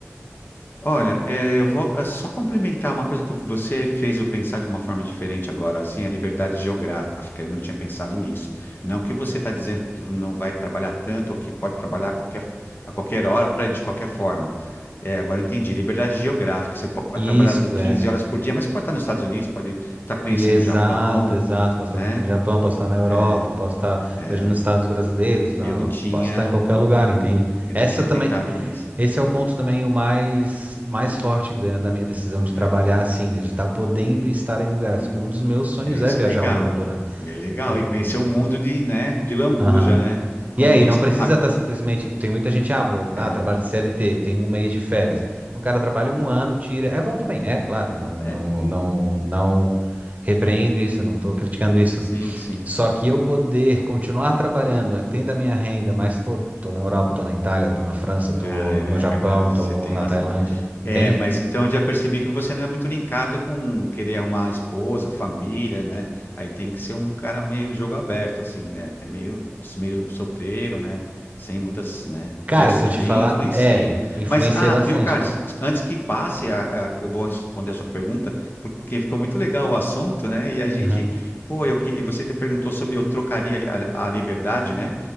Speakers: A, on the left; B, on the right.
A: Olha, eh, eu vou eh, só complementar uma coisa que você fez eu pensar de uma forma diferente agora, assim, a liberdade geográfica. Eu não tinha pensado nisso. Não que você está dizendo que não vai trabalhar tanto ou que pode trabalhar a qualquer, a qualquer hora, de qualquer forma. É, agora eu entendi. Liberdade geográfica. Você pode
B: Isso,
A: trabalhar do 15
B: é.
A: horas por dia, mas pode estar nos Estados Unidos, pode estar conhecendo
B: E exato,
A: o Japão,
B: exato. Posso
A: né?
B: estar conhecendo o Japão, posso estar na Europa,
A: É,
B: posso estar
A: é.
B: viajando nos Estados brasileiros, ah,
A: Eu não tinha,
B: posso estar em qualquer lugar, entende?
A: eu
B: Essa
A: não tinha
B: também,
A: tentado nisso.
B: esse é o ponto também o mais, mais forte da, da minha decisão de
A: É.
B: trabalhar assim, né, de estar podendo estar em lugares, porque um dos meus sonhos
A: É, isso
B: é viajar
A: é legal.
B: o mundo, né?
A: E É legal.
B: E,
A: E conhecer o mundo de, né, de Lambuja,
B: aham.
A: né? Como
B: E aí,
A: diz.
B: não precisa
A: A-
B: estar simplesmente. Tem muita gente, ah, vou, ah,
A: É,
B: trabalho de CLT, tem um mês de férias. Então, o cara trabalha um ano, tira. É bom também, é claro, não,
A: é,
B: não, não, não repreendo isso, não estou criticando isso.
A: sim, sim.
B: Só que eu poder continuar trabalhando, eh, tendo a minha renda, mas, pô, tô na Europa, tô na Itália, tô na França, tô
A: Ah, é
B: no Japão,
A: é verdade,
B: tô
A: você
B: no-
A: tem
B: na
A: razão.
B: Tailândia, entende?
A: É, mas então eu já percebi que você não é muito linkado com querer arrumar esposa, família, né? Aí tem que ser um cara meio jogo aberto, assim, né? Meio, meio solteiro, né? Sem muitas, né?
B: Cara,
A: Porque isso
B: se
A: também
B: eu te falar,
A: influencia.
B: é, influencia
A: Mas, ah,
B: bastante.
A: viu, Carlos? Antes que passe, a- a- eu vou responder a sua pergunta, porque ficou muito legal o assunto, né? E a gente,
B: Uhum,
A: pô, eu, que- você ainda perguntou sobre eu trocaria a, li- a a liberdade, né?